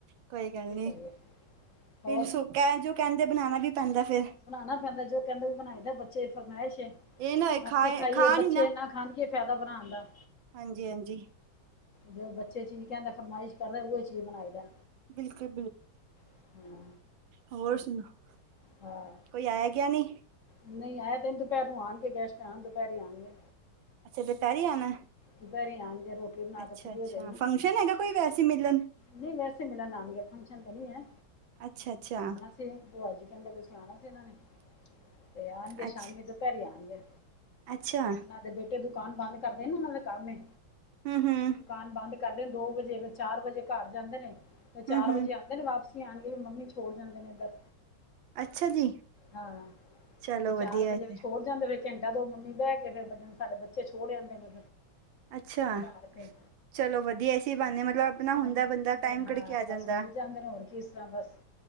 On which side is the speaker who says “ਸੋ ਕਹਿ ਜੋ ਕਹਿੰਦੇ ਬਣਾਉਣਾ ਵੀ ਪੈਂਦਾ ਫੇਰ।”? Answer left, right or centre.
Right